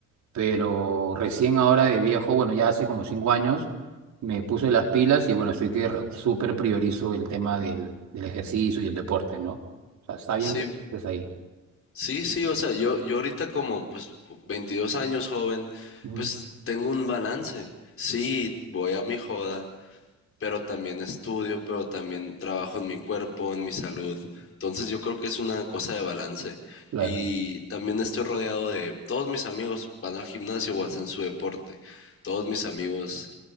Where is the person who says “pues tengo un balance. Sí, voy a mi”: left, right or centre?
Left